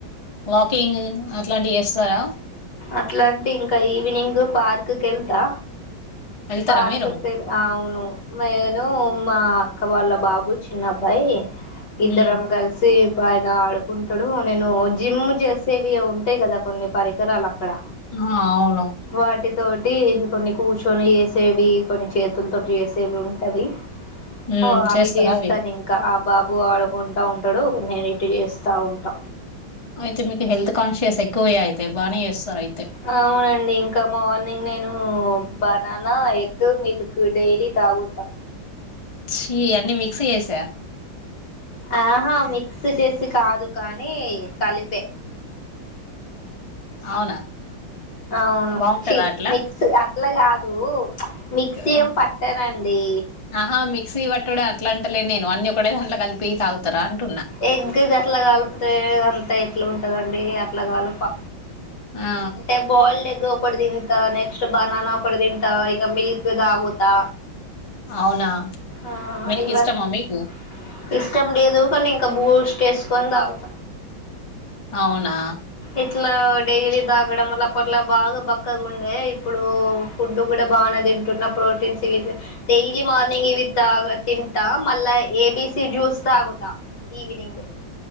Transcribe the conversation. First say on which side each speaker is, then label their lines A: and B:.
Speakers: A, on the left (about 20°); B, on the left (about 60°).
A: వాకింగ్ అట్లాంటివి చేస్తారా
B: అట్లాంటే ఈవినింగ్ పార్క్ కెల్తా
A: వెళ్తారా
B: పార్క్
A: మీరు
B: కెల్ అవును నేను మా అక్క వాళ్ళ బాబు చిన్నబ్బాయి
A: హ్మ్
B: ఇద్దరం కలిసి ఆయన ఆడుకుంటాడు నేను జిమ్ చేసేవి ఉ కదా కొన్ని పరికరాలు అక్కడ
A: ఆ అవును
B: వాటితో అంటే కొన్ని కూర్చొని చేసేవి కొన్ని చేతులతోటి చేసేవి ఉంటావి
A: హ్మ్
B: ఓ అవి
A: చేస్తారా
B: చేస్తాను ఇంకా బాబు ఆడుకుంటూ ఉంటాడు నేను ఇటు చేస్తా ఉంటా
A: అయితే మీకు హెల్త్ కాన్షియస్ ఎక్కువే అయితే బాగానే చేస్తారు అయితే
B: అవునండి ఇంకా మార్నింగ్ నేను బనానా ఎగ్ మిల్క్ డైలీ తాగుతా
A: ఛీ అన్నీ మిక్స్ చేసా
B: ఆహా మిక్స్ చేసి కాదు కానీ కలిపే
A: అవునా
B: అవును
A: బాగుంటదా అట్లా
B: మిక్స్ అట్లా కాదు మిక్సీ
A: ఆ!
B: ఏం పట్టనండి
A: ఆహా మిక్సీ పట్టుడు అట్లాంటలే నేను అన్ని ఒకటే దాట్లో కలిపి తాగుతారా అంటున్నా
B: ఎగ్గ్ అట్లా కలిపితే అంతా ఎట్లా ఉంటదండి అట్లా కలిపా
A: ఆ
B: అంటే బాయిల్డ్ ఎగ్ ఒకటి తింటా నెక్స్ట్ బననా ఒకటి తింటా ఇక మిల్క్ తాగుతా
A: అవునా
B: ఆ
A: మిల్క్
B: ఇవన్ని
A: ఇష్టమా మీకు
B: ఇష్టం లేదు కానీ ఇక బూస్టేసు కొని తాగుతా
A: అవునా
B: ఇట్ల డైలీ తాగడం వల్ల అప్పట్లా బాగా బక్కగా ఉండే ఇప్పుడు ఫుడ్ కూడా బాగానే తింటున్నప్పుడు ప్రోటీన్స్ ఇవి డైలీ మార్నింగ్ ఇవి తాగు తింటా మళ్ళా ఏ బిసి జ్యూస్ తాగుతా ఈవినింగ్